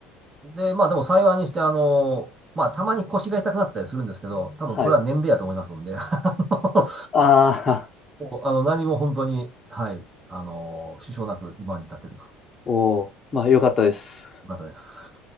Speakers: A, on the right; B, on the left.
A: で、まあ、でも幸いにして、あの、まあ、たまに腰が痛くなったりするんですけど、多分これは年齢やと思いますんで、
B: はい。
A: <laughs> あの、
B: ああ、
A: もうあの何も本当に、はい、あの、支障なく今に至っているとい
B: <laughs> おー。まあよかったです。
A: う方です。